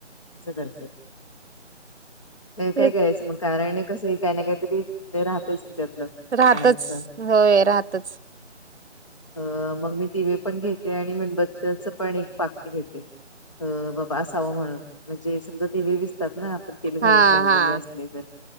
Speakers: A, on the left; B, on the right.
A: असं करते
B: तेच
A: काय करायचं मग कारण कसं काही ना काहीतरी राहतयच त त्यातलं.
B: राहतच
A: आणायचं
B: होय राहतच
A: अ मग मी दिवे पण घेते आणि मणबत्तच पण एक पाखरी घेते बाबा असावं म्हणून म्हणजे समजा दिवे विसतात ना आपण तेल घालून
B: हा
A: लावलेले
B: हा
A: असले